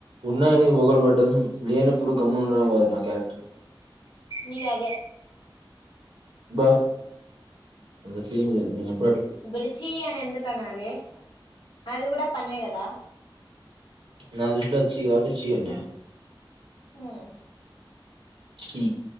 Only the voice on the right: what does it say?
ఉన్నాయని బగలు పడ్డం లేనప్పుడు గమ్మున ఉండడం కాదు నా క్యారెక్టర్
బా అంత సీన్ లేదు నేనేపు
నా దృష్టిలో అది చీ కాబట్టే చీ అన్నా
చీ